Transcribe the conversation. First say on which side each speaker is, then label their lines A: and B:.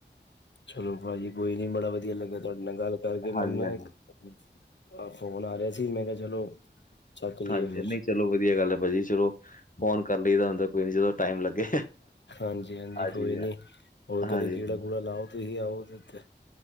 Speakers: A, on the left (about 70°); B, on the left (about 45°).
A: ਚਲੋ ਭਾਜੀ, ਕੋਈ ਨੀ ਬੜਾ ਵਧੀਆ ਲੱਗਿਆ ਤੁਹਾਡੇ ਨਾਲ ਗੱਲ ਕਰਕੇ,
B: ਹਾਂਜੀ,
A: ਮੈਨੂੰ
B: ਹਾਂਜੀ।
A: ਨਾ ਇੱਕ ਫੋਨ ਆ ਰਿਹਾ ਸੀ, ਮੈਂ ਕਿਹਾ ਚਲੋ ਚੱਕ ਲਈਏ
B: ਹਾਂਜੀ।
A: ਫਿਰ
B: ਨਹੀਂ। ਚਲੋ। ਵਧੀਆ। ਗੱਲ। ਹੈ। ਭਾਜੀ। ਚਲੋ। ਫੋਨ। ਕਰ। ਲਈਦਾ। ਹੁੰਦਾ। ਕੋਈ। ਨੀ। 'ਚ। ਟਾਈਮ। ਲੱਗੇ।
A: ਹਾਂਜੀ- ਹਾਂਜੀ,
B: ਆ
A: ਕੋਈ
B: ਚੀਜ਼
A: ਨੀ,
B: ਹੈ
A: ਹੋਰ
B: ਹਾਂਜੀ,
A: ਕਦੇ ਗੇੜਾ
B: ਹਾਂਜੀ
A: -ਗੂੜਾ ਲਾਓ ਤੁਸੀ ਆਓ ਤੇ